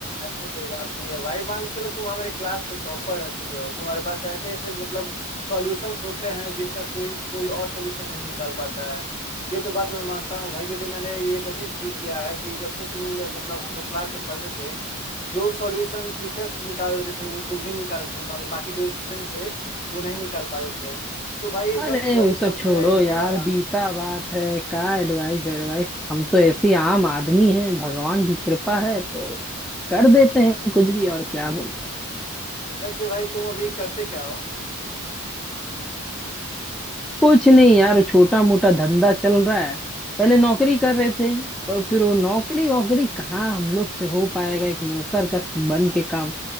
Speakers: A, on the left (about 30°); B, in the centre.
A: ऐसे कोई बात नहीं है भाई मान के चलो तुम हमारे क्लास के टॉपर रह चुके हो तुम्हारे पास ऐसे ऐसे मतलब सॉल्यूशंस होते हैं जिसका कोई कोई और सॉल्यूशन नहीं निकाल पाता है ये तो बात मैं मानता हूँ भाई क्योंकि मैंने ये नोटिस भी किया है कि जब से तुम मतलब हम लोग क्लास से पढ़ते थे जो सॉल्यूशन टीचर्स निकाल देते थे वो तुम भी निकाल देते थे मगर बाकी जो स्टूडेंट थे वो नहीं निकाल पाते थे तो भाई
B: अरे
A: बस वही
B: वो सब
A: तुमसे
B: छोड़ो यार
A: थोड़ा
B: बीता बात है का एडवाइस एडवाइस हम तो ऐसे ही आम आदमी हैं भगवान की कृपा है तो कर देते हैं कुछ भी और क्या बोलते हैं
A: वैसे भाई तुम अभी करते क्या हो
B: कुछ नहीं यार छोटा मोटा धंधा चल रहा है पहले नौकरी कर रहे थे पर फिर वो नौकरी वोकरी कहाँ हम लोग से हो पाएगा एक नौकर का बन के काम